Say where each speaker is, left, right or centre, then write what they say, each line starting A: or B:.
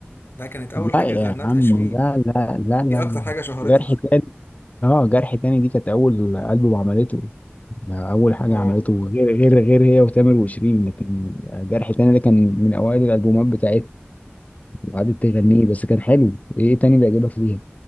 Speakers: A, on the left; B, on the left.
A: ده كانت أول
B: لا
A: حاجة
B: يا
A: غنتها
B: عم
A: شيرين
B: لا لا لا لا
A: دي اكتر حاجه شهرتها
B: جرح تاني اه جرح تاني دي كانت اول البوم عملته ده اول حاجه
A: اه
B: عملته غير غير غير هي وتامر وشيرين لكن جرح تاني ده كان من اوائل الالبومات بتاعتها وقعدت تغنيه بس كان حلو ايه تاني بيعجبك فيها